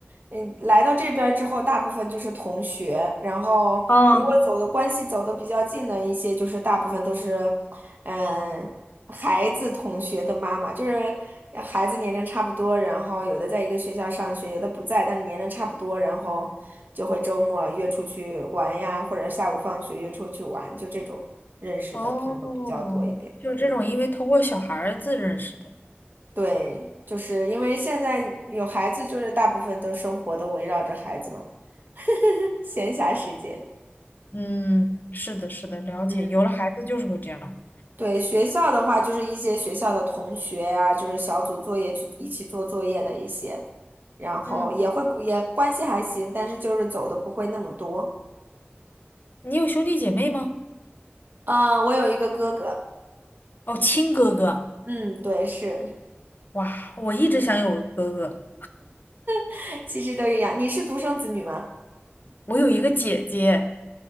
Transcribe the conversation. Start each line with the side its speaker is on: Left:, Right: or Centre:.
Right: 嗯，来到这边儿之后，大部分就是同学，然后如果走的关系走的比较近的一些，
Left: 啊，
Right: 就是大部分都是，嗯，孩子同学的妈妈，就是孩子年龄差不多，然后有的在一个学校上学，有的不在，但是年龄差不多，然后就会周末约出去玩呀，或者下午放学约出去玩，就这种认识的朋友比较多一点。
Left: 哦，就是这种，
Right: 嗯。
Left: 因为通过小孩子认识的。
Right: 对，就是因为现在有孩子，就是大部分都生活都围绕着孩子嘛，<laughs> 闲暇时间。
Left: 嗯，是的，是的，了解。
Right: 嗯，
Left: 有了孩子就是会这样。
Right: 对，学校的话，就是一些学校的同学呀、就是小组作业去一起做作业的一些，然后也会也关系还行，
Left: 嗯，
Right: 但是就是走的不会那么多。
Left: 你有兄弟姐妹吗？
Right: 呃，我有一个哥哥，
Left: 哦，亲哥哥。
Right: 嗯，对，是，
Left: 哇，我一直想有个哥哥。
Right: 嗯，<laughs> 其实都一样。你是独生子女吗？
Left: 我有一个姐姐，